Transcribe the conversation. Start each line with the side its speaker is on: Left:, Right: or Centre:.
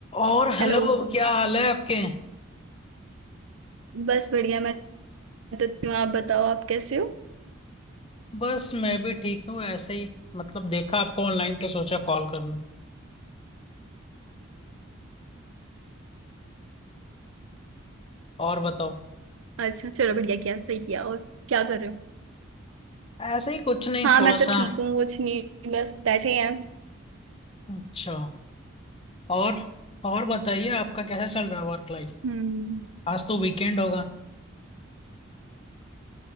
Left: और हेलो
Right: Hello
Left: क्या हाल है आपके
Right: बस बढ़िया मैं तो ठीक हूँ आप बताओ आप कैसे हो
Left: बस मैं भी ठीक हूँ ऐसे ही मतलब देखा आपको ऑनलाइन तो सोचा कॉल कर लूँ और बताओ
Right: अच्छा चलो बढ़िया किया सही किया और क्या कर रहे हो
Left: ऐसे ही कुछ नहीं
Right: हाँ
Left: थोड़ा
Right: मैं तो
Left: सा
Right: ठीक हूँ कुछ नहीं बस बैठे हैं
Left: अच्छा और और बताइए आपका कैसा चल रहा है वर्क लाइफ
Right: हम्म
Left: आज तो वीकेंड होगा